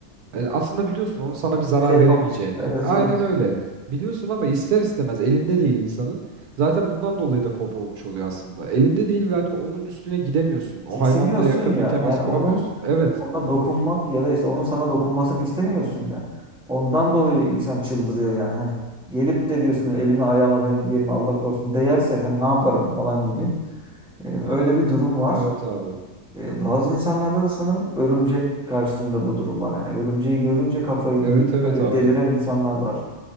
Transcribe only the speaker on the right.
e, aslında biliyorsun onun sana bir zarar
veremeyeceğini.
Aynen
öyle. Biliyorsun ama ister istemez elinde değil insanın. Zaten bundan dolayı da fobi olmuş oluyor aslında. Elinde değil ve hani onun üstüne gidemiyorsun. O
hayvanla yakın
bir temas
kuramıyorsun.
Evet.
Evet abi.
Evet evet
abi.